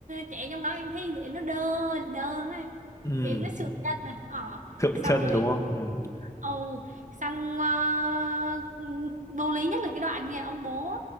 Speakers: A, on the right; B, on the left.
A: trẻ trong đó em thấy diễn nó đơ là đơ đó anh
B: ừ,
A: diễn nó sượng chân à ờ
B: Thượng
A: xong
B: chân
A: rồi
B: đúng không? Ừ,
A: Ồ, xong ờ, vô lý nhất là cái đoạn kìa ông bố